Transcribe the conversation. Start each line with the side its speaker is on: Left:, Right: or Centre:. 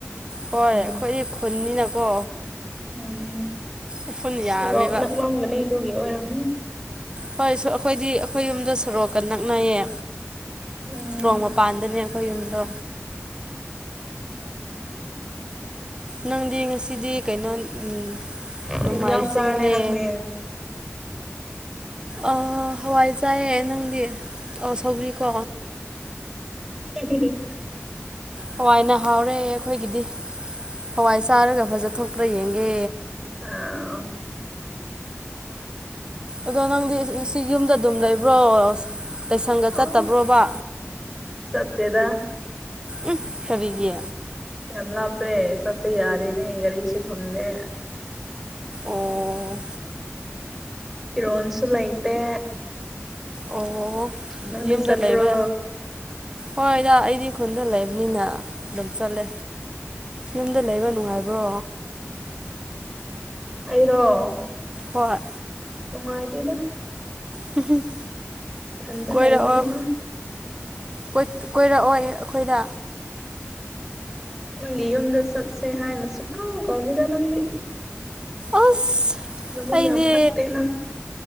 Right: ꯍꯣꯏ ꯑꯩꯈꯣꯏꯗꯤ ꯈꯨꯟꯅꯤꯅꯀꯣ
Centre: ꯎꯝ
Right: ꯎꯐꯨꯟ ꯌꯥꯝꯃꯦꯕ
Centre: ꯁꯣꯔꯣꯛ ꯅꯛꯂꯝꯒꯅꯤ ꯑꯗꯨꯒꯤ ꯑꯣꯏꯔꯝꯒꯅꯤ
Right: ꯍꯣꯏꯁꯨ ꯑꯈꯣꯏꯗꯤ ꯑꯈꯣꯏ ꯌꯨꯝꯗꯣ ꯁꯣꯔꯣꯛꯀ ꯅꯛꯅꯩꯌꯦ
Centre: ꯎꯝ
Right: ꯁꯣꯔꯣꯛ ꯃꯄꯥꯟꯗꯅꯦ ꯈꯣꯏ ꯌꯨꯝꯗꯣ ꯅꯪꯗꯤ ꯉꯁꯤꯗꯤ ꯀꯩꯅꯣ ꯎꯝ ꯅꯣꯡꯃꯥꯏꯖꯤꯡꯅꯦ
Centre: ꯀꯩ ꯏꯟꯖꯥꯡ ꯆꯥꯔꯦ ꯅꯪꯗꯤ
Right: ꯑꯥ ꯍꯋꯥꯏ ꯆꯥꯏꯌꯦ ꯅꯪꯗꯤ ꯑꯥ ꯁꯧꯒ꯭ꯔꯤ ꯀꯣ
Centre: <unintelligible>
Right: ꯍꯋꯥꯏꯅ ꯍꯥꯎꯔꯦ ꯑꯩꯈꯣꯏꯒꯤꯗꯤ ꯍꯋꯥꯏ ꯆꯥꯔꯒ ꯐꯖꯊꯣꯛꯄ꯭ꯔꯥ ꯌꯦꯡꯒꯦ
Centre: ꯑꯥ
Right: ꯑꯗꯣ ꯅꯪꯗꯤ ꯑꯁꯤ ꯉꯁꯤ ꯌꯨꯝꯗ ꯑꯗꯨꯝ ꯂꯩꯕ꯭ꯔꯣ ꯇꯩꯁꯪꯒ ꯆꯠꯇꯕ꯭ꯔꯣꯕ
Centre: ꯑꯁ ꯆꯠꯇꯦꯗ
Right: ꯎꯝ ꯀꯔꯤꯒꯤ
Centre: ꯌꯥꯝ ꯂꯥꯞꯄꯦ ꯆꯠꯄ ꯌꯥꯗꯦꯅꯦ ꯒꯥꯔꯤꯁꯨ ꯐꯪꯗꯦ
Right: ꯑꯣ
Centre: ꯐꯤꯔꯣꯟꯁꯨꯨ ꯂꯩꯇꯦ
Right: ꯑꯣ
Centre: ꯅꯪꯗꯤ
Right: ꯌꯨꯝꯗ
Centre: ꯆꯠꯄ꯭ꯔꯣ
Right: ꯂꯩꯕ ꯍꯣꯏꯗ ꯑꯩꯗꯤ ꯈꯨꯟꯗ ꯂꯩꯕꯅꯤꯅ ꯑꯗꯨꯝ ꯆꯠꯂꯦ ꯌꯨꯝꯗ ꯂꯩꯕ ꯅꯨꯡꯉꯥꯏꯕ꯭ꯔꯣ
Centre: ꯑꯩꯔꯣ
Right: ꯍꯣꯏ
Centre: ꯅꯨꯡꯉꯥꯏꯇꯦꯗ
Right: ꯍꯨꯡ ꯍꯨꯡ
Centre: ꯏꯊꯟꯇ
Right: ꯀꯣꯏꯔꯛꯑꯣ
Centre: ꯂꯩꯕꯅꯤꯅ
Right: ꯀꯣꯏꯠ ꯀꯣꯏꯔꯛꯑꯣꯌꯦ ꯑꯩꯈꯣꯏꯗ
Centre: ꯅꯪꯒꯤ ꯌꯨꯝꯗ ꯆꯠꯁꯦ ꯍꯥꯏꯅ ꯁꯨꯛꯀꯧ ꯀꯧꯗꯦꯗ ꯅꯪꯗꯤ
Right: ꯑꯁ
Centre: ꯅꯕꯨꯛ
Right: ꯑꯩꯗꯤ
Centre: ꯌꯥꯝ ꯐꯠꯇꯦ ꯅꯪ